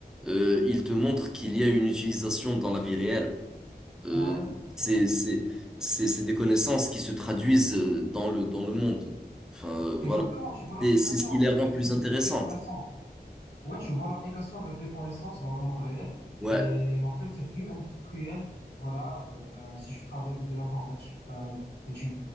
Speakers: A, in the centre; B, on the left.
A: euh, ils te montrent qu'il y a une utilisation dans la vie réelle. Euh,
B: Ouais,
A: c'est,
B: ouais.
A: c'est, c'est, c'est des connaissances qui se traduisent euh, dans le, dans le monde. Enfin, euh, voilà.
B: Exactement, tu vois l'application
A: C'est, c'est ce qui
B: en
A: les
B: fait
A: rend
B: de, de,
A: plus
B: de,
A: intéressantes.
B: de tes connaissances. Ouais, tu vois l'application de tes connaissances dans le monde réel.
A: Ouais,
B: Et en fait, c'est plus industriel. Voilà, euh, ben, si tu travailles de l'informatique, ben, ben, tu,